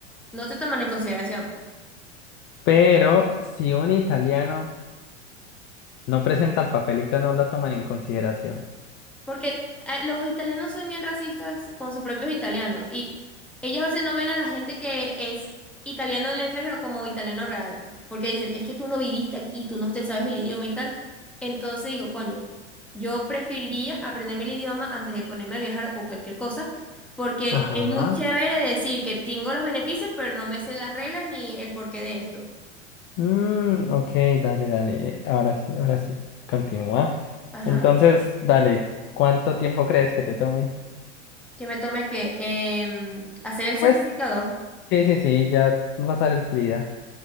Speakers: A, in the centre; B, on the left.
A: no te toman en consideración.
B: Pero si un italiano no presenta el papelito, no lo toman en consideración.
A: Porque eh, los italianos son bien racistas con sus propios italianos y ellos a veces no ven a la gente que es italiano del extranjero como italiano real, porque dicen, es que tú no viviste aquí, tú no te sabes el idioma y tal. Entonces digo, coño, yo preferiría aprenderme el idioma antes de ponerme a viajar o cualquier cosa, porque
B: Ajá.
A: es muy chévere decir que tengo los beneficios, pero no me sé las reglas ni el porqué de esto.
B: Mm, ok, dale, dale. eh, Ahora sí, ahora sí. Continúa.
A: Ajá.
B: Entonces, dale, ¿cuánto tiempo crees que te tome?
A: Que me tome que em, hacer el certificado.
B: Pues, sí, sí, sí, ya va a pasar el PLIDA.